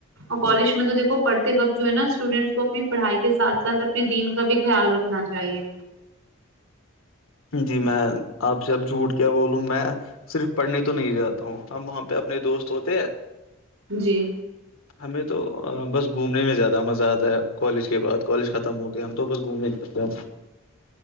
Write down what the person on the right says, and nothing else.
اور کالج میں تویکھو پڑھتے وقت جو ہے نا اسٹوڈینٹس کو اپنی پڑھائی کے ساتھ ساتھ اپنے دین کا بھی خیال رکھنا چاہیے
جی